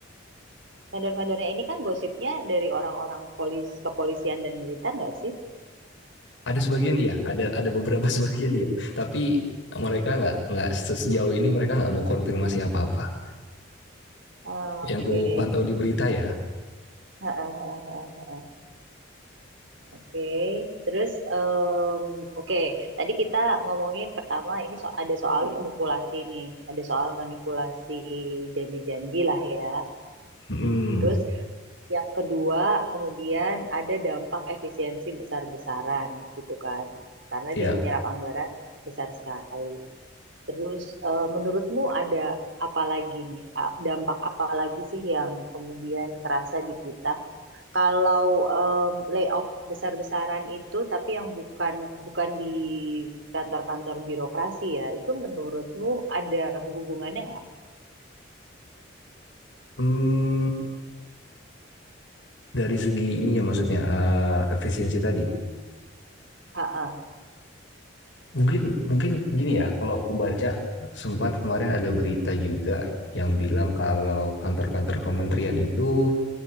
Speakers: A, on the right (about 70°); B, on the left (about 70°).
A: vendor-vendornya ini kan gosipnya dari orang-orang polis, kepolisian dan militer nggak sih?
B: ada sebagian ya, ada ada beberapa <laughs> sebagian ya. Tapi mereka nggak nggak sejauh ini mereka nggak mau konfirmasi apa-apa.
A: Oke.
B: Yang ku pantau di berita ya.
A: Heeh, heeh, heeh, heeh. Oke, terus em, oke. Tadi kita ngomongin pertama ini so ada soal manipulasi nih, ada soal manipulasi janji-janji lah ya.
B: Hmm,
A: Terus yang kedua, kemudian ada dampak efisiensi besar-besaran gitu kan. Karena
B: ya.
A: dia menyerap anggaran besar sekali. Terus eh, menurutmu ada apa lagi nih? A- Dampak apa lagi sih yang kemudian kerasa di kita? Kalau em, layoff besar-besaran itu tapi yang bukan bukan di kantor-kantor birokrasi ya, itu menurutmu ada hubungannya nggak?
B: Hmm, dari segi ininya maksudnya uh, efisiensi tadi.
A: Ha-ha,
B: Mungkin mungkin gini ya, kalau aku baca sempat kemarin ada berita juga yang bilang kalau kantor-kantor kementerian itu